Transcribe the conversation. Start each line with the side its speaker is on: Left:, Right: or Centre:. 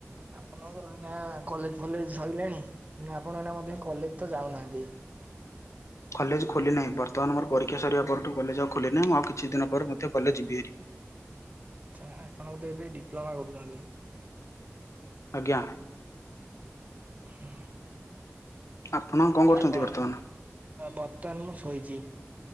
Right: ଆପଣଙ୍କର ଏହିନି ଆ କଲେଜ ଫଲେଜ ସରିଲାଣି ଆପଣ ନା ମଧ୍ୟ କଲେଜ ତ ଯାଉନାହାନ୍ତି।
Left: କଲେଜ ଖୋଲି ନାହିଁ ବର୍ତ୍ତମାନ ମୋର ପରୀକ୍ଷା ସରିବା ପରଠୁ କଲେଜ ଆଉ ଖୋଲି ନାହି। ମୁଁ ଆଉ କିଛି ଦିନ ପରେ ମଧ୍ୟ କଲେଜ ଯିବି ହେରୀ।
Right: ଚା ଆପଣ ବୋଧେ ଏବେ ଡିପ୍ଲୋମା କରୁଛନ୍ତି?
Left: ଆଜ୍ଞା।
Right: <inaudible>
Left: ଆପଣ କରୁଛନ୍ତି
Right: ନା କଣ
Left: ବର୍ତ୍ତମାନ?
Right: ବର୍ତ୍ତମାନ ମୁଁ ଶୋଇଛି।